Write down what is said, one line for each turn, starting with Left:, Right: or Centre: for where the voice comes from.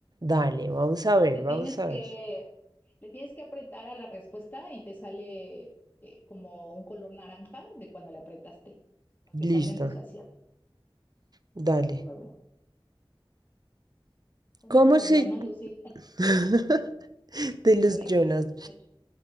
Right: Dale, vamos a ver,
Left: Le
Right: vamos
Left: tienes
Right: a
Left: que,
Right: ver.
Left: le tienes que apretar a la respuesta y te sale eh, como un color naranja de cuando le apretaste, para
Right: Listo,
Left: que salga en tus asiáticos.
Right: dale.
Left: Va de nuevo. ¿Cómo
Right: ¿Cómo
Left: se
Right: se...
Left: llaman los hijos? <laughs>
Right: <laughs> de
Left: Ah, bueno,
Right: los
Left: de,
Right: Jonas
Left: del-